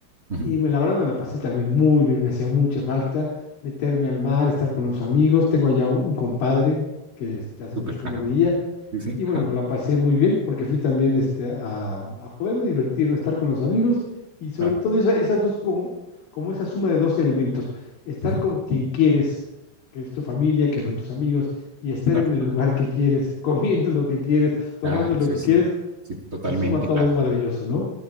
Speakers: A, on the right; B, on the left.
A: ujú,
B: y me, la verdad me la pasé también muy bien, me hacía mucha falta meterme al mar, estar con los amigos, tengo allá un compadre que este, hace
A: Súper,
B: mucho que
A: ajá.
B: no veía,
A: Sí, sí,
B: y bueno,
A: ajá.
B: me la pasé muy bien porque fui también este, a, a poderme divertir, ¿no? estar con los amigos y sobre
A: Claro.
B: todo esa- esas dos, como, como esa suma de dos elementos, estar
A: ujú,
B: con quien quieres, que es tu familia, que son tus amigos, y estar
A: Claro,
B: en el
A: ajá.
B: lugar que quieres, <laughs> comiendo lo que quieres, tomando
A: Claro,
B: lo
A: sí,
B: que
A: sí.
B: quieres,
A: Sí, totalmente,
B: se suma todo,
A: claro.
B: es maravilloso, ¿no?